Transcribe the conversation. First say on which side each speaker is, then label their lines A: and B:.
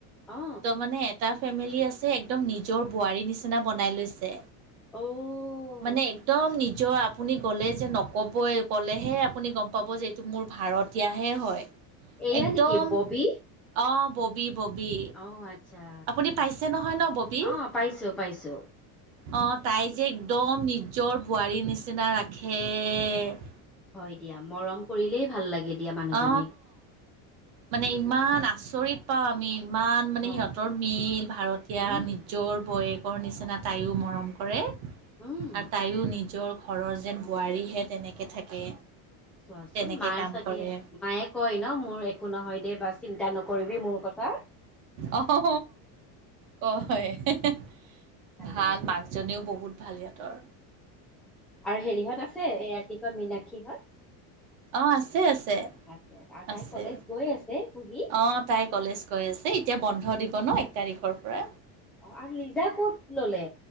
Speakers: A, in the centre; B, on the right (about 70°).
A: অ
B: ত' মানে এটা ফেমিলি আছে একদম নিজৰ বোৱাৰীৰ নিচিনা বনাই লৈছে
A: অ',
B: মানে একদম নিজ নিজৰ আপুনি গ'লে যে নক'বই ক'লেহে আপুনি গম পাব যে এইটো মোৰ ভাড়তীয়াহে হয়
A: এয়া
B: একদম
A: নেকি ববি
B: অ ববি ববি
A: অ আচ্ছা
B: আপুনি পাইছে নহয় ন ববী
A: অ পাইছোঁ পাইছোঁ
B: অ তাই যে একদম নিজৰ বোৱাৰীৰ নিচিনা ৰাখে এ
A: হয় দিয়া মৰম কৰিলেই ভাল লাগে দিয়া মানুহজনীক
B: অ মানে ইমান আচৰিত পাওঁ আমি ইমান মানে
A: হয়
B: সিহঁতৰ মিল ভাড়তীয়া
A: উম
B: নিজৰ বৌয়েক কৰ নিচিনা তাইও মৰম কৰে আৰু
A: উম
B: তাইও নিজৰ ঘৰৰ যেন বোৱাৰীহে তেনেকে থাকে
A: চোৱাচোন
B: তেনেকে
A: মাৰ
B: কাম
A: চাগে
B: কৰে
A: মায়ে কয় ন মোৰ একো নহয় দে বা চিন্তা নকৰিবি মোৰ কথা
B: অ অ হ কয় হে হে
A: ভালেই
B: ভাল
A: দিয়া
B: মাকজনীও বহুত ভাল‌ সিহঁতৰ
A: আৰু হেৰিহঁত আছে এয়া কি কয় মিনাক্ষীহঁত
B: অ আছে আছে
A: আছে আৰু তাই
B: আছে
A: কলেজ গৈ আছে কুহি
B: অ তাই কলেজ গৈ আছে এতিয়া বন্ধ দিব ন এক তাৰিখৰ পৰা
A: অ আৰু লিজা কত ললে